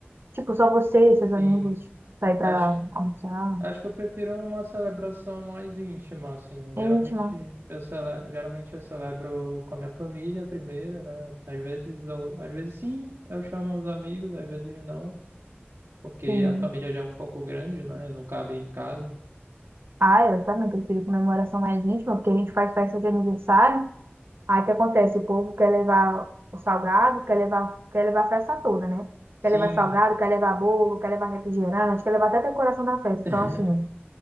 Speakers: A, on the right; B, on the right.
A: Tipo, só você e seus
B: Sim.
A: amigos vai pra
B: Acho
A: almoçar.
B: Acho que eu prefiro uma celebração mais íntima, assim. Geralmente
A: É íntima,
B: eu, cele... Geralmente eu celebro com a minha família primeiro, né? Às vezes eu... Às vezes sim, eu chamo os amigos, às vezes não, porque
A: sim.
B: a família já é um pouco grande, né? E não cabe em casa.
A: Ah, eu também prefiro comemoração mais íntima, porque a gente faz festa de aniversário. Aí o que acontece? O povo quer levar o salgado, quer levar, quer levar a festa toda, né?
B: Sim,
A: Quer levar salgado, quer levar bolo, quer levar refrigerante, quer levar até a decoração da festa. Então,
B: <laughs>
A: assim.